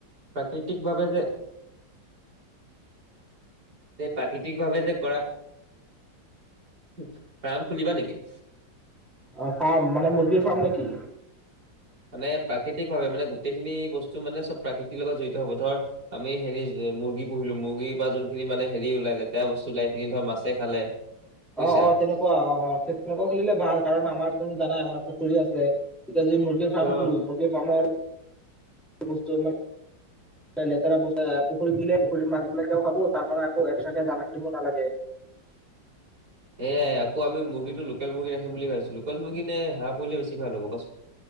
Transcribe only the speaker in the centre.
অ ফাৰ্ম মান মৰ্গীৰ ফাৰ্ম নে কি?
অ-অ তেনেকু অ-অ তেনেকুৱা খুলিলে ভাল কাৰণ আমাৰ তুমি জানাই আমাৰ পুখুৰী আছে এতিয়া যি মুৰ ফ্ৰাম
খোলো মুৰ্গী ফাৰ্মৰ বস্তু অকমান লেতেৰা পচা পুখুৰী দিলে পুখুৰীৰ মাছিলাকে খাব তাৰ কাৰণ আকৌ একচট্ৰাকে দানা খেল কিনিব নালাগে৷